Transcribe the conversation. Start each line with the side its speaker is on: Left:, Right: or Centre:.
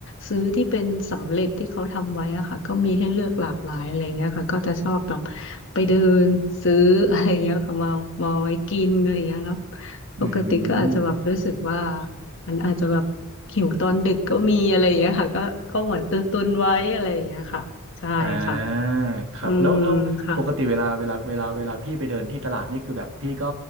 Left: ซื้อที่เป็นสำเร็จที่เขาทำไว้อะค่ะก็มีให้เลือกหลากหลายอะไรเงี้ยค่ะก็จะชอบแบบไปเดินซื้ออะไรเงี้ยค่ะมามาไว้กินอะไรเงี้ยแล้ว
Right: อื
Left: ปกติก็อาจจะแบบรู้สึกว่า
Right: ม
Left: มันอาจจะแบบหิวตอนดึกก็มีอะไรอย่างเงี้ยค่ะก็ก็เหมือนตุนตุนไว้อะไรอย่างเงี้ยค่ะใช่ค่ะ
Right: อ่าครับ
Left: อืม
Right: แล้วแล้วปกติเวลาเวลาเวลาเวลาพี่ไปเดินที่ตลาดนี่คือแบบพี่ก็
Left: ค่ะ